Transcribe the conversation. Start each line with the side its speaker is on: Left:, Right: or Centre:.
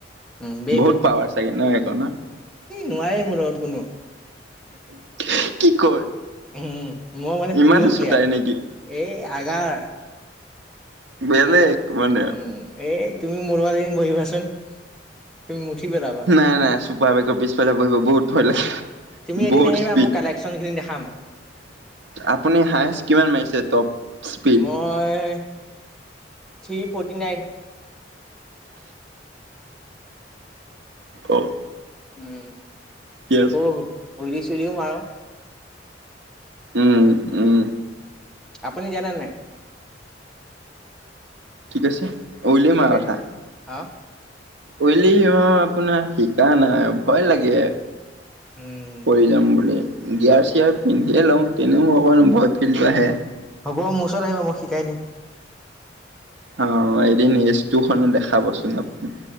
Centre: উম বে
Right: বহুত পাৱাৰ চাগে ন সেইখনৰ
Centre: নোৱাৰেই মোৰ লগত কোনো।
Right: <unintelligible> কি কয়
Centre: উম। মই মানে
Right: ইমান
Centre: প্ৰিয়
Right: চোতাই
Centre: প্লেয়াৰ
Right: নেকি
Centre: এই আগাৰ
Right: বেলেগ মানে
Centre: উম এই তুমি মোৰ লগত এদিন বহিবাচোন তুমি মুঠি পেলাবা।
Right: নাই নাই চুপাৰ বাইকৰ পিছফালে বহিব বহুত ভয় লাগে।
Centre: তুমি এদিন
Right: বহুত
Centre: আহিবা
Right: স্পীড
Centre: মোৰ কালেকচন খিনি দেখাম।
Right: আপুনি হায়ষ্ট কিমান মাৰিছে টপ স্পীড
Centre: মই থ্ৰী ফৰ্টি নাইন।
Right: অ'।
Centre: উম।
Right: কি আছে
Centre: <unintelligible> <unintelligible> চুলিও মাৰোঁ।
Right: উম, উম।
Centre: আপুনি জানে নে নাই?
Right: <unintelligible> উলিমাৰ
Centre: হুইলি মাৰি
Right: <unintelligible>
Centre: অ',
Right: <unintelligible> আপোনাৰ শিকা নাই ভয় লাগে।
Centre: উম,
Right: পৰি যাম বুলি গিয়াৰ চিয়াৰ পিন্ধিয়ে লওঁ তেনেও অকণমান ভয় ফিল তো আহে।
Centre: হ'ব মোৰ ওচৰত আহিবা মই শিকাই দিম।
Right: অঁ এদিন <unintelligible> খনো দেখাবচোন আপুনাৰ।